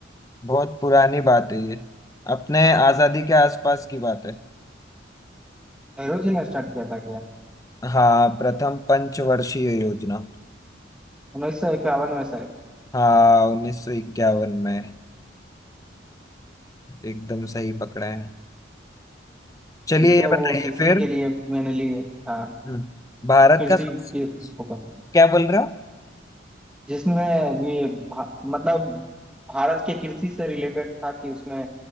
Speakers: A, on the left; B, in the centre.
A: बहुत पुरानी बात है ये अपने आजादी के आसपास की बात है
B: नेहरू जी ने स्टार्ट किया था क्या
A: हाँ प्रथम पंचवर्षीय योजना
B: उन्नीस सौ इक्यावन में शायद
A: हाँ उन्नीस सौ इक्यावन में एकदम सही पकड़े हैं चलिए
B: जिसमें
A: ये
B: वो
A: बताइए
B: कृषि
A: फिर
B: के लिए मैंने लिए था
A: हम्म, भारत
B: कृषि
A: का सबसे
B: पे फोकस
A: क्या बोल रहे हो
B: जिसमें ये भा, मतलब भारत के कृषि से रिलेटेड था कि उसमें